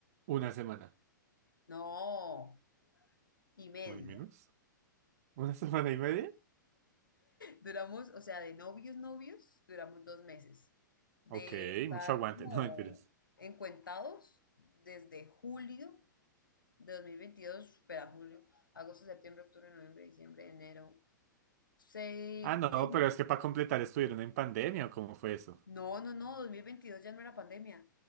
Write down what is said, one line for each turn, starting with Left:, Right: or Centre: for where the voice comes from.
Right: Una semana.
Left: No, y media.
Right: Muy menos. ¿Una semana y media?
Left: Duramos, o sea, de novios, novios, duramos dos meses. De
Right: Ok,
Left: estar
Right: mucho aguante,
Left: como
Right: <laughs> no mentiras.
Left: encuentados desde julio de dos mil veintidós espera, julio, agosto, septiembre, octubre, noviembre, diciembre, enero. Seis,
Right: Ah, no,
Left: seis meses.
Right: pero es que para completar estuvieron en pandemia, ¿o cómo fue eso?
Left: No, no, no, 2022 ya no era pandemia.